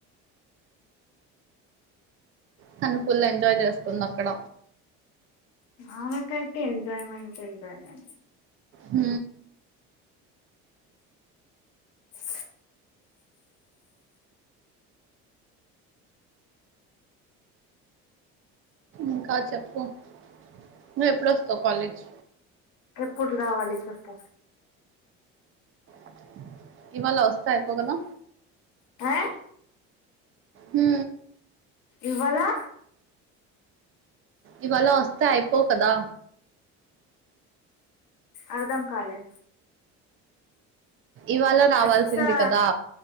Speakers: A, on the right (about 45°); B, on the left (about 70°).
A: తను ఫుల్ ఎంజాయ చేస్ ఉంది అక్కడ
B: ఆమకైతే ఎంజాయ్మెంట్ ఉంటాండా
A: హ
B: అ
A: ఇంకా చెప్పు నువ్వు ఎప్పుడొస్తావ్ కాలేజ్
B: ఎప్పుడు రావాలి చెప్పు
A: అదిే ఇవాళ వస్తే అయిపోవు కదా
B: ఆ
A: హు
B: ఇవ్వాల
A: ఇవాళ వస్తే అయిపోవు కదా
B: అర్థం కాలే
A: ఇవాళ రావాల్సింది
B: అచ్చా
A: కదా?